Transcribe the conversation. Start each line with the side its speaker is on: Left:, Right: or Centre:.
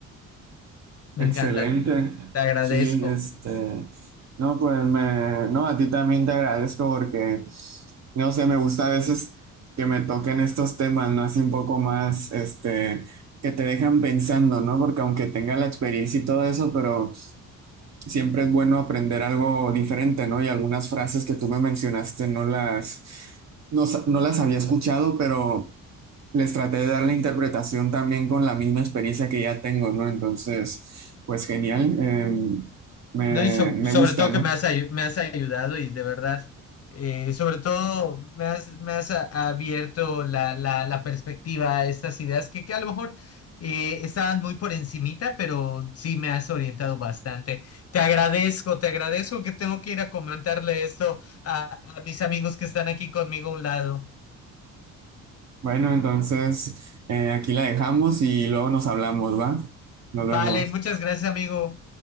Left: me
Right: Excelente.
Left: encanta, te agradezco.
Right: Sí, este, no, pues me, no, a ti también te agradezco porque, no sé, me gusta a veces que me toquen estos temas, ¿no? Así un poco más, este, que te dejan pensando, ¿no? Porque aunque tenga la experiencia y todo eso, pero siempre es bueno aprender algo diferente, ¿no? Y algunas frases que tú me mencionaste no las, no, sa- no las había escuchado, pero les traté de dar la interpretación también con la misma experiencia que ya tengo, ¿no? Entonces, pues genial, eh, me,
Left: No, y so-
Right: me
Left: sobre
Right: gusta,
Left: todo
Right: ¿no?
Left: que me has, ayu- me has ayudado y de verdad, eh, sobre todo me has, me has a- abierto la, la, la perspectiva a estas ideas que, que a lo mejor eh, estaban muy por encimita, pero sí me has orientado bastante. Te agradezco, te agradezco que tengo que ir a comentarle esto a, a mis amigos que están aquí conmigo a un lado.
Right: Bueno, entonces eh, aquí la dejamos y luego nos hablamos, ¿va? Nos
Left: Vale,
Right: vemos.
Left: muchas gracias, amigo.